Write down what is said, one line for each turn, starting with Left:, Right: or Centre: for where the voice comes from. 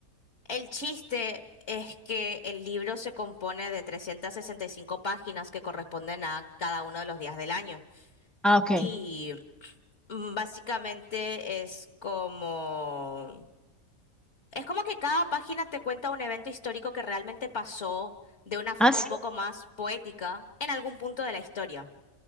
Left: el chiste... Es que el libro se compone de 365 páginas que corresponden a cada uno de los días del año.
Centre: Ah, ok.
Left: Y mm, básicamente es como, es como que cada página te cuenta un evento histórico que realmente pasó de una forma
Centre: Ah, sí.
Left: un poco más poética en algún punto de la historia.